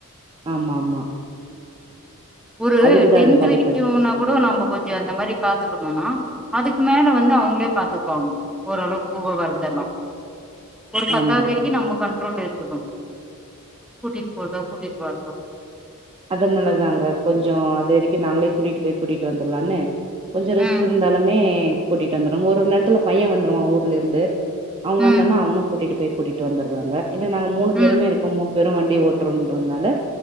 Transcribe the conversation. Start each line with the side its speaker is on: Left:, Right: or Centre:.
Right: ஆமா ஆமா
Centre: ஒரு
Right: அதுக்குதா
Centre: டென்த்
Right: இந்த மாரி
Centre: வரைக்கும்னா
Right: பண்ணி
Centre: கூட நம்ம கொஞ்சம் அந்த மாரி பாத்துக்கணும்னா அதுக்கு மேல வந்து அவங்களே பாத்துப்பாங்க ஓரளவுக்கு கூட வருரதெல்லாம் ஒரு பத்தாவது
Right: ஆமா
Centre: வரைக்கும் நம்ம கண்ட்ரோல இருக்கட்டும் கூட்டிட்டு போறதோ கூட்டிட்டு வாறதோ
Right: அதனல்லதாங்க கொஞ்சம் அது வரக்கும் நாங்களே கூட்டிகிட்டு போய் கூட்டிட்டு வந்துடலான்னு கொஞ்சம் ரிஸ்க்
Centre: ம்
Right: இருந்தாலுமே கூட்டிட்டு வந்துருவங்க ஒரு நேரத்துல பையன் வந்துருவான் ஊர்லருந்து அவங்க
Centre: ம்
Right: வந்தானா அவனும் கூட்டிட்டு போய் கூட்டிகிட்டு வந்துடுவாங்க இல்ல நாங்க மூணு பேருமே
Centre: ம்
Right: இருக்கோம் மூண பேரும் வண்டி ஓட்டு னால